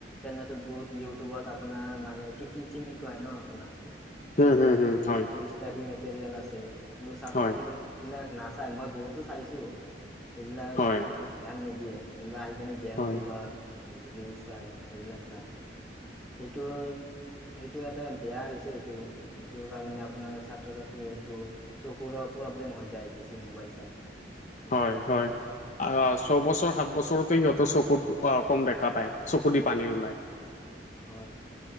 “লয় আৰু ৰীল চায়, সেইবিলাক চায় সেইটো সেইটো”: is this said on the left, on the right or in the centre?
Centre